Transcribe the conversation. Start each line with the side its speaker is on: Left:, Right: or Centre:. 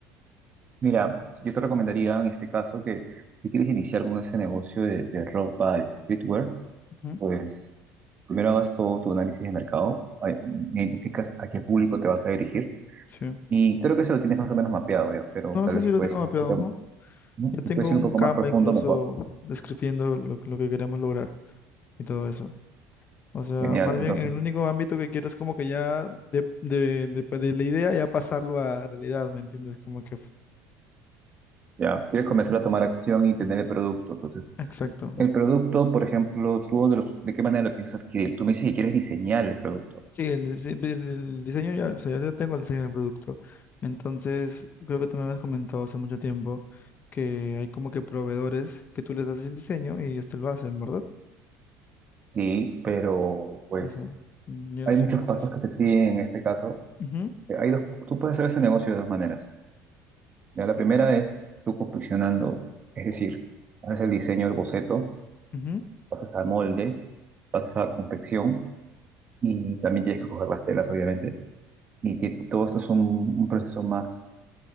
Right: Mira, yo te recomendaría en este caso que si quieres iniciar con ese negocio de, de ropa y streetwear,
Left: Ujú,
Right: pues Primero hagas todo tu análisis de mercado, a- identificas a qué público te vas a dirigir
Left: Sí.
Right: y creo que eso lo tienes más o menos mapeado ya, pero
Left: No,
Right: tal
Left: eso
Right: vez
Left: sí
Right: si
Left: lo
Right: puedes
Left: tengo
Right: ir
Left: mapeado,
Right: un poquito,
Left: ajá.
Right: ¿no?
Left: Yo tengo
Right: Si puedes ir
Left: un
Right: un poco
Left: Canva
Right: más profundo,
Left: incluso
Right: mejor.
Left: describiendo lo, que- lo que queremos lograr y todo eso. O sea,
Right: Genial.
Left: más
Right: Entonces,
Left: bien el único ámbito que quiero es como que ya de, de, de, pues, de la idea ya pasarlo a realidad, ¿me entiendes? Como que... f-
Right: ya, quieres comenzar a tomar acción y tener el producto. Entonces,
Left: Exacto.
Right: el producto, por ejemplo, ¿tú de, lo- de qué manera lo piensas adquirir? Tú me dices que quieres diseñar el producto.
Left: Sí, el, dise- el diseño ya, o sea, yo tengo el diseño del producto. Entonces, creo que tú me habías comentado hace mucho tiempo que hay como que proveedores que tú les das el diseño y ellos te lo hacen, ¿verdad?
Right: Sí, pero pues
Left: O sea, mm, yo
Right: hay
Left: no sé
Right: muchos
Left: cómo
Right: pasos
Left: es eso.
Right: que se siguen en este caso.
Left: Ujú,
Right: Hay dos, tú puedes hacer ese negocio de dos maneras. Ya, la primera es tú confeccionando, es decir, haces el diseño del boceto,
Left: ujú,
Right: pasas al molde, pasas a la confección y también tienes que coger las telas, obviamente. Y ti- todo esto es un, un proceso más,